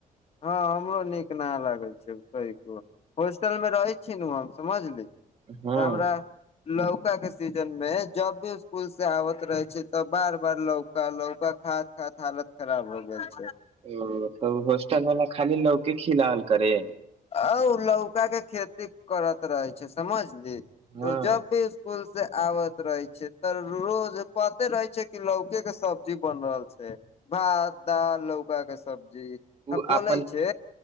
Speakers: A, on the left; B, on the right.
A: हँ हमरो नीक ना लागै छै कनिको। होस्टल मे रहै छी नु हम समझली।
B: ह्म्म।
A: हमरा लौका के सीजन में जब भी स्कूल से आबत रहे छीये, त बार-बार लौका, लौका खात-खात हालत खराब हो जाय
B: हां। उ हॉस्टल वला खाली लौके खिलावल करे।
A: आ उ लौका के खेती करत रहे छै समझ ली,
B: हँ
A: उ जब भी स्कूल से आबत रहे छीये त रोज पते रहे छै कि लौके के सब्जी बन रहल छै, भात, दाल, लौका के सब जी,
B: ओ
A: आ बोलै
B: अपन
A: छै,